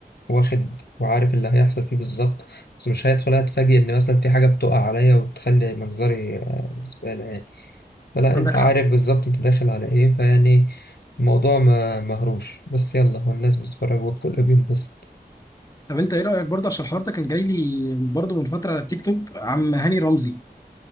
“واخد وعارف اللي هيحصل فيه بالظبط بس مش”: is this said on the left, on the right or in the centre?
Left